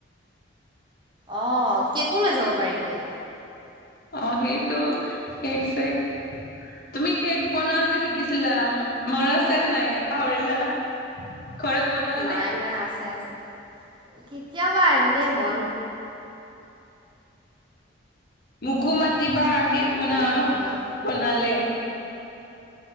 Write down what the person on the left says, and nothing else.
অ সেইটো কেক চেক তুমি কেক বনোৱা যে শিকিছিলা মনত আছে নাই পাহৰিলা। <unintelligible> <inaudible>
নে
মোকো মাতিবা কেক বনা
বনালে।